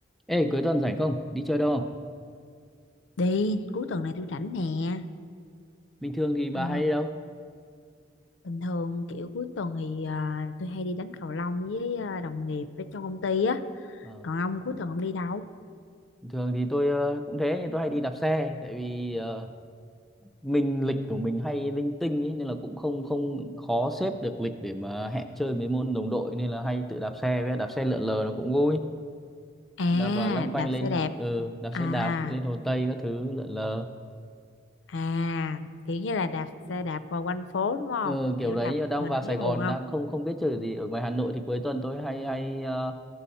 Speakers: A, in the centre; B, on the left.
A: Ê, cuối tuần rảnh không? Đi chơi đâu không?
B: Đi, cuối tuần này tôi rảnh nè.
A: Bình thường thì bà
B: Ờ,
A: hay đi đâu?
B: bình thường kiểu cuối tuần thì à, tôi hay đi đánh cầu lông với à, đồng nghiệp ở trong công ty á.
A: Ờ,
B: Còn ông cuối tuần ông đi đâu?
A: bình thường thì tôi ờ, cũng thế, nhưng tôi hay đi đạp xe, tại vì ờ, mình lịch của mình hay linh tinh ấy, nên là cũng không không khó xếp được lịch để mà hẹn chơi mấy môn đồng đội nên là hay tự đạp xe với đạp xe lượn lờ nó cũng vui.
B: À,
A: Đạp vào lanh quanh
B: đạp
A: lên
B: xe đạp.
A: ừ, đạp
B: À,
A: xe đạp lên Hồ Tây các thứ lượn lờ.
B: à, kiểu như là đạp xe đạp vào quanh phố đúng không?
A: Ừ, kiểu
B: Kiểu
A: đấy
B: đạp một
A: đang
B: mình
A: vào Sài
B: thấy buồn
A: Gòn
B: không?
A: đang không không biết chơi gì ở ngoài Hà Nội thì cuối tuần tôi hay hay ờ,